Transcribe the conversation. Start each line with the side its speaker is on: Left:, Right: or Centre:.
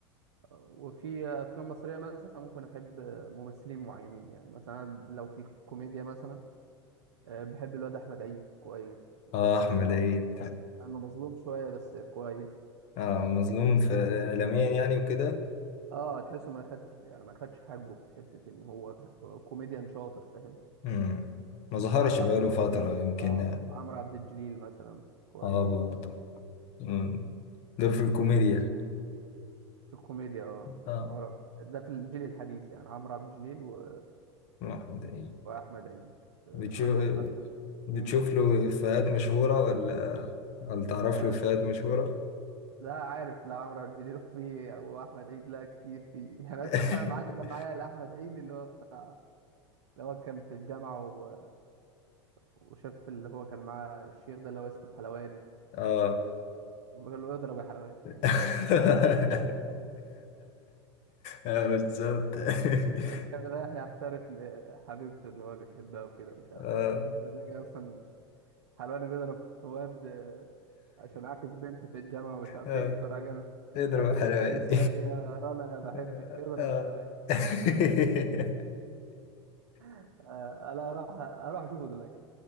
Right: آه، وفي افلام مصرية مثلا ممكن احب ممثلين معينين يعني مثلا لو في كوميديا مثلا آه، بحب الواد احمد عيد كويس بحسه
Left: اه احمد
Right: شاطر
Left: عيد
Right: انا مظلوم شوية بس كويس
Left: اه مظلوم في اعلاميا يعني وكده
Right: اه تحسه ما خدش يعني ما خدش حقه في حته ان هو كوميديان شاطر فاهم
Left: مم. ما ظهرش
Right: عمرو
Left: بقاله
Right: عبد الجليل
Left: فترة يمكن
Right: اه عمرو عبد الجليل مثلا كويس
Left: اه برضه مم. دول في الكوميديا
Right: في الكوميديا اه
Left: اه
Right: عمرو عبد- ده في الجيل الحديث يعني عمرو عبد الجليل و...
Left: احمد عيد
Right: واحمد عيد آه،
Left: بتشوف
Right: عندك مثلا
Left: بتشوف
Right: امم
Left: له افيهات مشهورة ولا ولا تعرف
Right: آه
Left: له افيهات مشهورة
Right: لا عارف لا عمرو عبد الجليل <laughs> في واحمد عيد لا كتير في يعني اكتر
Left: <laughs>
Right: حاجه معلقه معايا لاحمد عيد اللي هو بتاع اللي هو كان في الجامعه و... وشاف اللي هو كان معاه الشيخ ده اللي هو اسمه حلواني
Left: اه
Right: بيقول له اضرب يا حلوان
Left: <laughs> آه، بالظبط <laughs>
Right: كان <laughs> رايح يعترف لحبيبته ان هو بيحبها وكده ومش عارف
Left: اه
Right: ايه وبعد كده لقى اصلا حلوان بيضرب في واد آه، عشان عاكس بنت في الجامعه ومش عارف
Left: <laughs>
Right: ايه فراجل
Left: اضرب
Right: مش عارف
Left: حلواني
Right: كان اسمها ايه يا رنا انا بحبك
Left: <laughs>
Right: اضرب
Left: آه.
Right: يا حلوان
Left: <laughs>
Right: آه، انا اروح اروح اشوفه دلوقتي